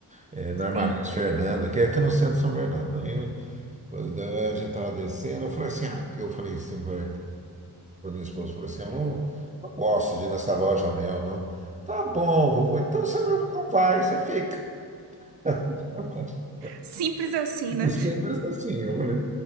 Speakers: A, on the right (about 20°); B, on the right (about 75°).
A: É, na
B: Sim.
A: Armarias Fernando, que é aqui no centro de São Bernardo. Daí, eu- daí a gente estava descendo, eu falei assim, ah, eu falei assim para minha esposa, eu falei assim, eu não, eu não gosto de ir nessa loja Mel, não. Tá bom, vovô, então você não, não vai, você fica. <laughs>
B: Simples assim, né?
A: Simples assim, eu falei,